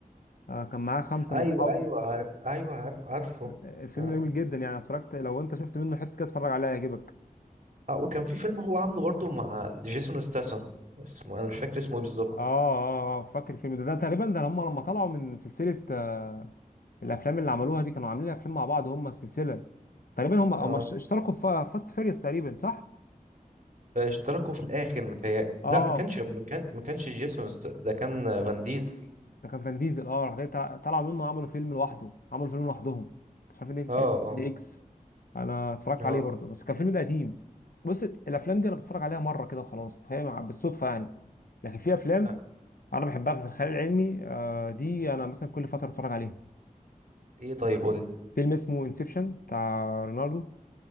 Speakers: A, on the left; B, on the right.
A: آه، كان معاه خمسه
B: ايوه
A: من صحابه
B: ايوه عار... ايوه عارف عارفه
A: الفيلم
B: آه.
A: ده جميل جدا يعني اتفرجت لو انت شفت منه حته كده اتفرج عليها هيعجبك
B: اه وكان في فيلم هو عامله برضه مع جيسون ستاثام اسمه انا مش فاكر اسمه ايه بالظبط
A: اه اه اه فاكر الفيلم ده ده تقريبا ده هم لما طلعوا من سلسلة آه الافلام اللي عملوها دي كانوا عاملين افلام مع بعض هم السلسلة تقريبا هم هم
B: اه
A: اش- اشتركوا في فاست فيريوس تقريبا صح؟
B: اشتركوا في الاخر متهيألي
A: اه
B: لا ما كانش ما كان ما كانش جيسون است... ده كان فان ديزل
A: ده كان فان ديزل اه راح جاي طلع- طلعوا منه عملوا فيلم لوحده عملوا فيلم لوحدهم مش عارف ايه
B: اه
A: كان
B: اه
A: دي اكس انا اتفرجت
B: اه
A: عليه برضه بس كان فيلم ده قديم بص الافلام دي انا بتفرج عليها مره كده وخلاص هي مع- بالصدفه يعني لكن في افلام
B: آه،
A: انا بحبها في الخيال العلمي آه، دي انا مثلا كل فتره بتفرج عليها
B: ايه طيب قولي
A: فيلم اسمه انسبشن بتاع ليوناردو